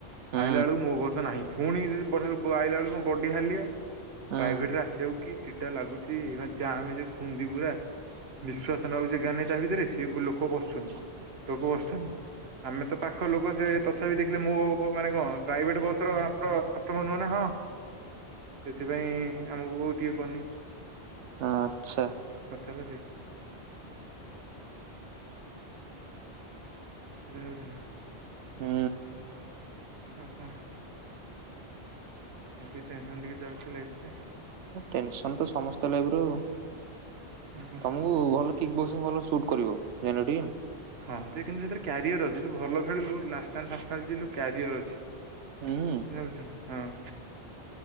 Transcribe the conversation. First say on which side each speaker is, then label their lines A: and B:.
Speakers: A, on the right (about 90°); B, on the right (about 65°).
A: ହୁଁ
B: ଆଇଲା ବେଳକୁ ମୋ ବସ ନାହିଁ ପୁଣି ଯଦି ବ ଆଇଲା ବଳକୁ କଣ ବଡି ହଲିଆ
A: ହୁଁ
B: ପ୍ରାଇଭେଟ ରେ ଆସ ସେଉ କି ଚିଡା ଲାଗୁଚି ମାନେ ଚା ଆମେ ଜାମ ଯେ ଖୁନ୍ଦୀ ପୁରା ନିଶ୍ୱାସ ନବାକୁ ଜେଗା ନାହିଁ ତା ଭିତରେ ସେ ଲୋକ ବସୁଚନ୍ତି ଲୋକ ବସୁଚନ୍ତି। ଆମେ ତ ପାଖ ଲୋକ ସେ ତଥାପି ଦେଖିଲେ ମୋ ମାନେ କଣ ପ୍ରାଇଭେଟ ବସ ର ଆମର କଷ୍ଟମ ନୁହେ ନା ହଁ ସେଥିପାଇଁ ଆମକୁ କୋଉ ଟିକେ କନି।
A: ଆଚ୍ଛା।
B: <unintelligible> <unintelligible>
A: ହୁଁ।
B: ଆଉ କଣ ଏମତି ଟେନସନ ଟିକେ ଚାଲିଚି ଲାଇଫ ରେ।
A: ଟେନସନ ତ ସମସ୍ତେ ଲାଇଫ ରୁ ଆଉ।
B: <inaudible>
A: ତମକୁ ଭଲ କିିକ ବକ୍ସ ଭଲ ସୁଟ କରିବ ଜାଣିଲ ଟି।
B: ହଁ ଯେ କିନ୍ତୁ ସେଥିରେ କ୍ୟାରିଅର ଅ ଯଦି ଭଲ ଖେଳି ଲୁ ଲା <unintelligible> କ୍ୟାରିଅର ଅଛି
A: ହୁଁ
B: ହଁ